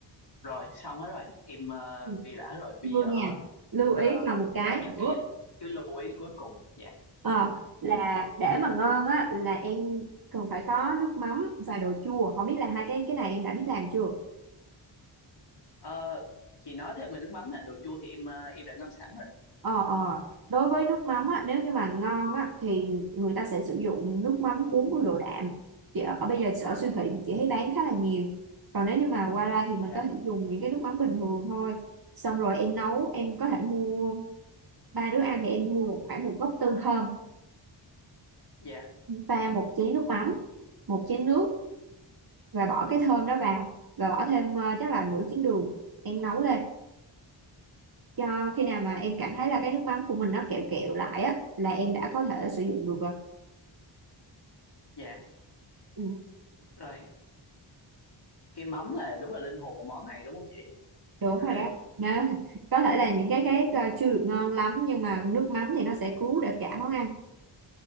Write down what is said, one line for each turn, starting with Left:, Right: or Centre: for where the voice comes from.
Left: rồi xong hết rồi, em uh,
Right: Ừ,
Left: ghi lại hết rồi. Bây
Right: vô
Left: giờ
Right: nha lưu
Left: ờ,
Right: ý còn một cái
Left: có những
Right: nữa
Left: cái cái lưu ý cuối cùng. Dạ,
Right: ờ, là để mà ngon á là em cần phải có nước mắm và đồ chua không biết là hai cái cái này em đã biết làm chưa
Left: Ờ, chị nói thêm về nước mắm là đồ chua thì em ờ, em đã ngâm sẵn rồi.
Right: Ờ, ờ. Đối với nước mắm á, nếu như mà ngon á, thì người ta sẽ sử dụng nước mắm 40 độ đạm. Chị ở, ở bây giờ ở siêu thị thì chị thấy bán khá là nhiều. Còn nếu như mà qua ra thì mình
Left: Dạ,
Right: có thể dùng những cái nước mắm bình thường thôi. Xong rồi em nấu, em có thể mua ba đứa ăn thì em mua một- khoảng một gốc tương thơm,
Left: dạ,
Right: pha một chén nước mắm, một chén nước và bỏ cái thơm đó vào và bỏ thêm ờ, chắc là nửa chén đường. Em nấu lên cho khi nào mà em cảm thấy là cái nước mắm của mình nó kẹo kẹo lại á là em đã có thể sử dụng được rồi.
Left: dạ,
Right: Ừ.
Left: rồi. Cái mắm là đúng là linh hồn của món này đúng không chị?
Right: đúng
Left: <laughs>
Right: rồi đó nó có thể là những cái khác ờ, chưa được ngon lắm nhưng mà nước mắm thì nó sẽ cứu được cả món ăn